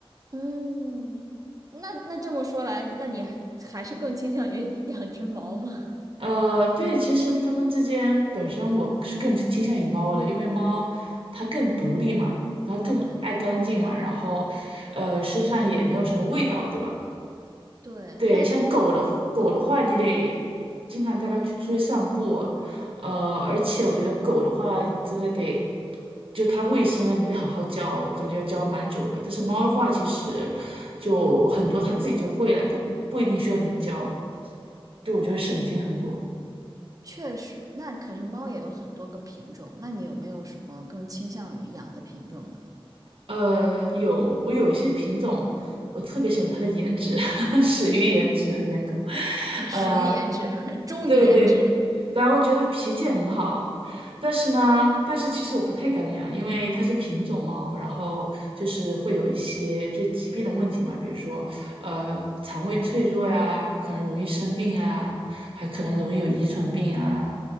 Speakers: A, on the right; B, on the right.
A: 嗯，那那这么说来，那你还还是更倾向于 <laughs> 养只猫吗？
B: 呃，对，其实它们之间本身我是更倾向于猫的，因为猫它更独立嘛，然后更爱干净嘛，
A: 嗯，
B: 然后呃身上也没有什么味道，对吧？
A: 对。
B: 对，
A: 那如果嗯，
B: 像狗的狗的话，你得经常带它去出去散步，呃，而且我觉得狗的话，你真的得就它的卫生啊，你得好好教，我感觉要教蛮久的。但是猫的话，其实就很多它自己就会了，都不一定需要你教。对，我觉得省心很多。
A: 确实，那可是猫也有很多个品种，那你有没有什么更倾向于养的品种呢？
B: 呃，有我有一些品种，我特别喜欢它的颜值，<laughs> 始于颜值和颜狗。
A: <laughs> 呃，始于颜值，
B: 呃，
A: <laughs> 忠于颜值。
B: 对对，然后我觉得它脾气很好，但是呢，但是其实我不太敢养，因为它是品种猫，然后就是会有一些就疾病的问题嘛，比如说呃肠胃脆弱呀，可能容易生病啊，还可能容易有遗传病啊。